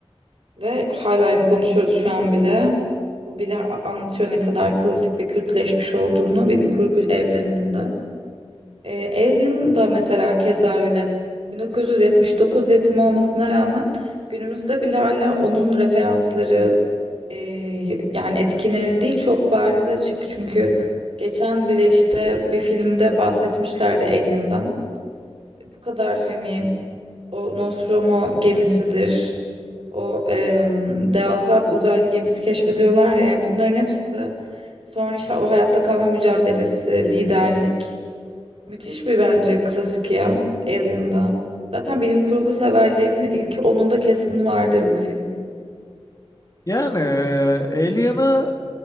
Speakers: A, on the right (about 60°); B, on the left (about 30°).
A: Ve hala yani konuşuyoruz şu an bile. Bu bile a- anlatıyor ne kadar klasik ve kültleşmiş olduğunu bilim kurgu evreninde. E, Alien da mesela keza öyle. 1979 yapımı olmasına rağmen günümüzde bile hala onun referansları e, yani etkilenildiği çok bariz açık. Çünkü geçen bile işte bir filmde bahsetmişlerdi Alien'dan. Bu kadar hani o Nostromo gemisidir. O e, devasa bir uzaylı gemisi keşfediyorlar ya yani bunların hepsi sonra işte o hayatta kalma mücadelesi, liderlik. Müthiş bir bence klasik ya Alien'da. Zaten bilim kurgu severlerinin ilk onunda kesin vardır bu film.
B: Yani e, Alien'ı